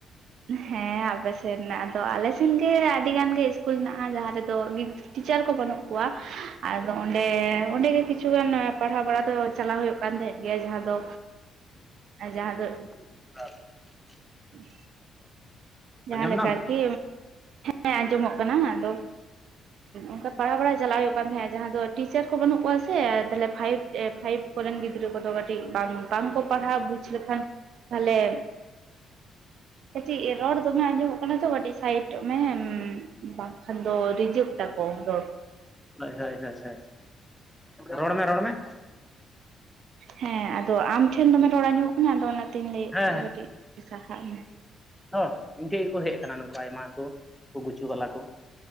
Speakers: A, on the right; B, in the centre.
A: ᱦᱮᱸ ᱟᱯᱮ ᱥᱮᱜ ᱨᱮᱱᱟᱜ ᱟᱫᱚ ᱟᱞᱮ ᱥᱮᱱ ᱜᱮ ᱟᱰᱤ ᱜᱟᱱ ᱜᱮ ᱤᱥᱠᱩᱞ ᱦᱮᱱᱟᱜ-ᱟ ᱡᱟᱦᱟᱸ ᱨᱮᱫᱚ ᱜᱤᱫᱽᱼᱼ ᱴᱤᱪᱟᱨ ᱠᱚ ᱵᱟᱹᱱᱩᱜ ᱠᱚᱣᱟ ᱟᱫᱚ ᱚᱸᱰᱮ ᱚᱸᱰᱮ ᱜᱮ ᱠᱤᱪᱷᱩᱜᱟᱱ ᱯᱟᱲᱦᱟᱣ ᱵᱟᱲᱟ ᱫᱚ ᱪᱟᱞᱟᱣ ᱦᱩᱭᱩᱜ ᱠᱟᱱ ᱛᱟᱦᱮᱸᱫ ᱜᱮ ᱡᱟᱦᱟᱸ ᱫᱚ ᱡᱟᱦᱟᱸ ᱫᱚ
B: <unintelligible>
A: <unintelligible>
B: <inaudible>
A: ᱡᱟᱦᱟᱸᱞᱮᱠᱟ
B: ᱫᱟᱢ
A: ᱟᱨᱠᱤ ᱦᱮᱸ ᱟᱸᱡᱚᱢᱚᱜ ᱠᱟᱱᱟ ᱟᱫᱚ ᱚᱱᱠᱟ ᱯᱟᱲᱦᱟᱣ ᱵᱟᱲᱟ ᱪᱟᱞᱟᱜ ᱦᱩᱭᱩᱜ ᱠᱟᱱ ᱛᱟᱦᱮᱸᱫ ᱡᱟᱦᱟᱸ ᱫᱚ ᱴᱤᱪᱟᱨ ᱠᱚ ᱵᱟᱹᱱᱩᱜ ᱠᱚᱣᱟ ᱥᱮ ᱛᱟᱞᱦᱮ ᱯᱷᱟᱭᱤᱵᱽ ᱯᱷᱟᱭᱤᱵᱽ ᱠᱚᱨᱮᱱ ᱜᱤᱫᱽᱨᱟᱹ ᱠᱚᱫᱚ ᱠᱟᱹᱴᱤᱡ ᱵᱟᱝ ᱵᱟᱝᱠᱚ ᱯᱟᱲᱦᱟᱣ ᱵᱩᱡᱷᱟᱹ ᱵᱩᱡᱷᱚ ᱞᱮᱠᱷᱟᱱ ᱛᱟᱦᱚᱞᱮ ᱠᱟᱹᱴᱤᱡ ᱨᱚᱲ ᱫᱚᱢᱮ ᱟᱸᱡᱚᱢᱚᱜ ᱠᱟᱱᱟ ᱛᱚ ᱠᱟᱹᱴᱤᱡ ᱥᱟᱭᱤᱰᱚᱜ ᱢᱮ ᱵᱟᱝᱠᱷᱟᱱ ᱫᱚ ᱨᱤᱡᱮᱠᱴ ᱟᱠᱚ ᱨᱚᱲ
B: ᱦᱳᱭ ᱦᱳᱭ ᱦᱳᱭ ᱦᱳᱭ ᱨᱚᱲᱢᱮ ᱨᱚᱲ ᱢᱮ
A: ᱦᱮᱸ ᱟᱫᱚ ᱟᱢ ᱴᱷᱮᱱ ᱫᱚᱢᱮ ᱨᱚᱲ ᱟᱧᱡᱚᱢ ᱠᱟᱱᱟ ᱟᱫᱚ ᱚᱱᱟᱛᱤᱧ ᱞᱟᱹᱭᱮᱫᱟ
B: ᱦᱮᱸ
A: ᱠᱟᱹᱴᱤᱡ ᱥᱟᱦᱟᱜ ᱢᱮ
B: ᱚ ᱤᱧ ᱴᱷᱮᱡ ᱜᱮᱠᱩ ᱦᱮᱡ ᱠᱟᱱᱟ ᱱᱚᱩᱠᱩ ᱟᱭᱢᱟ ᱠᱚ ᱜᱩᱪᱩ ᱵᱟᱞᱟ ᱠᱚ